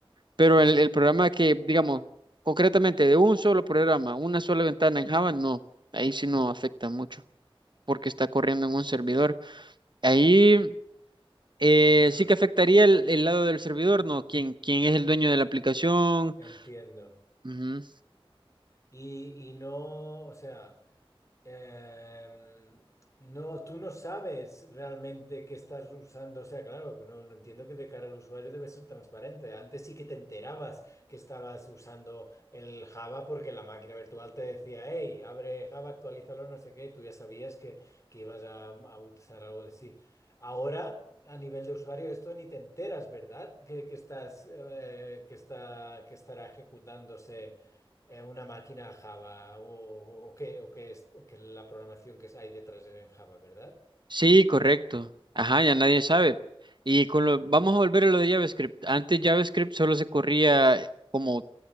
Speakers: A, on the right; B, on the left.
A: Pero
B: mm,
A: el, el programa que, digamos, concretamente de un solo programa, una sola ventana en Java, no, ahí sí no afecta mucho porque está corriendo en un servidor. Ahí eh,
B: ya.
A: sí que afectaría el, el lado del servidor, ¿no? ¿Quién, quién es el dueño de la aplicación?
B: Entiendo.
A: Ujú.
B: Y, y no, o sea, em, no, tú no sabes realmente qué estás usando. O sea, claro, que no, no entiendo que de cara al usuario debe ser transparente. Antes sí que te enterabas que estabas usando el Java porque la máquina virtual te decía, hey, abre Java, actualízalo, no sé qué. Tú ya sabías que, que ibas a, a usar algo de sí. Ahora, a nivel de usuario, esto ni te enteras, ¿verdad? Que, que estás, eh, que está, que estará ejecutándose eh, una máquina Java o, o, o qué, o qué es qué es la programación que hay detrás de en Java, ¿verdad?
A: Sí, correcto. Ajá, ya nadie sabe. Y con lo, vamos
B: Ya,
A: a volver a lo de JavaScript. Antes JavaScript solo se corría, como